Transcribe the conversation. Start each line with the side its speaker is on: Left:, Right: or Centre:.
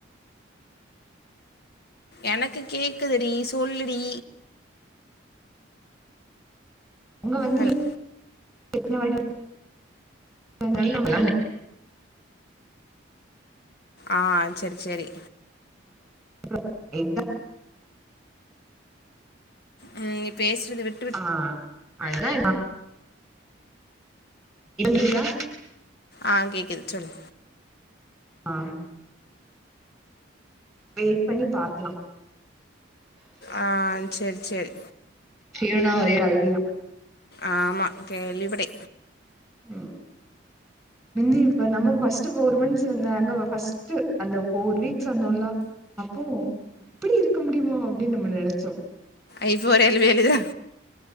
Left: எனக்கு கேக்குதுடி சொல்லுடி
Centre: உங்க வந்து
Left: ஹல்
Centre: எத்தன வாட்டி இருந்தாலு நம்ம
Left: ஆ செரி செரி
Centre: <inaudible>
Left: ம் நீ பேஸ்றது விட்
Centre: ஆ அதுதா இடிஞ்சிருக்கா
Left: ஆ கேக்குது சொல்லு
Centre: ஆ வெயிட் பண்ணி பாக்கலா
Left: ஆ செரி செரி
Centre: ஹியோனா ஓரே ஆளுகையா
Left: ஆமா கேள்விப் பட்டே
Centre: ம் முந்தி இப்ப நம்ம ஃபஸ்ட்டு ஃபோர் மந்த்ஸு நாங்க வ ஃபஸ் டு அந்த ஃபோர் வீக்ஸ் வந்தோல்லா அப்போ அப்டி இருக்க முடியுமா அப்டின் நம்ம நெனச்சோ
Left: ஐ ஃபோர் எல் வி எல் இது தா